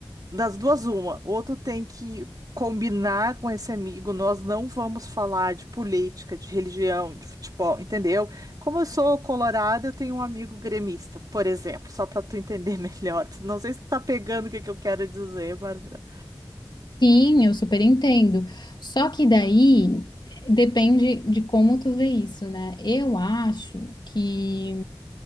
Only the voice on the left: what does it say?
Sim, eu super entendo. Só que daí eh, depende de como tu vê isso, né? Eu acho que